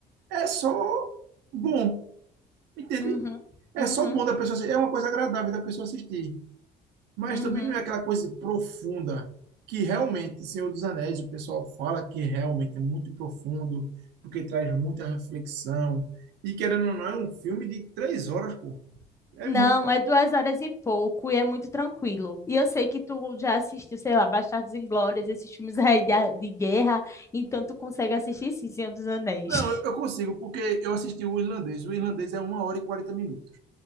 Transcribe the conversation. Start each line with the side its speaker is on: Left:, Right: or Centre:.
Right: É só bom, entende?
Left: uhum,
Right: É
Left: uhum,
Right: só bom da pessoa assistir. É uma coisa agradável da pessoa assistir. Mas
Left: uhum.
Right: também não é aquela coisa profunda que realmente Senhor dos Anéis, o pessoal fala que realmente é muito profundo, porque traz muita reflexão. E querendo ou não, é um filme de três horas, pô. É
Left: Não,
Right: muito.
Left: é duas horas e pouco e é muito tranquilo. E eu sei que tu já assistiu, sei lá, Bastardos Inglórios, esses filmes aí de, a- de guerra, então tu consegue assistir sim, Senhor dos Anéis.
Right: Não,
Left: <laughs>
Right: eu, eu consigo, porque eu assisti o irlandês. O irlandês é uma hora e 40 minutos.